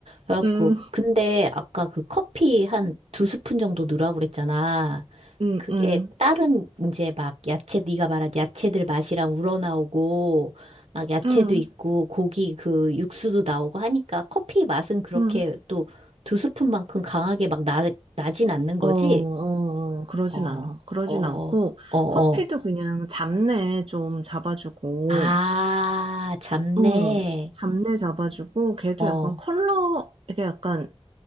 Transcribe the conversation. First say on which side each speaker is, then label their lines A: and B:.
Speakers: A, on the right; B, on the right.
A: 그래갖고,
B: 음,
A: 근데 아까 그 커피 한 두 스푼 정도 넣으라고 그랬잖아.
B: 음,
A: 그게
B: 음,
A: 다른 이제 막 야채, 네가 말한 야채들 맛이랑 우러나오고, 막 야채도
B: 음,
A: 있고, 고기 그 육수도 나오고 하니까 커피 맛은 그렇게
B: 음.
A: 또 두 스푼만큼 강하게 막 나, 나진 않는 거지?
B: 어, 어, 어, 그러진
A: 어,
B: 않아. 그러진
A: 어, 어,
B: 않고,
A: 어. 어.
B: 커피도 그냥 잡내 좀 잡아주고,
A: 아, 잡내.
B: 어, 잡내 잡아주고, 걔도
A: 어,
B: 약간 컬러, 이게 약간